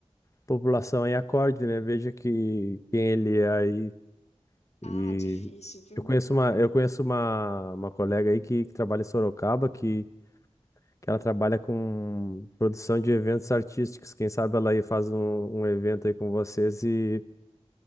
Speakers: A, on the left; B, on the left.
A: a população aí acorde, né? Veja que quem ele é aí. E
B: Ah, difícil, viu?
A: eu conheço uma, eu conheço uma, uma colega aí que, que trabalha em Sorocaba, que, que ela trabalha com produção de eventos artísticos. Quem sabe ela aí faz um, um evento aí com vocês e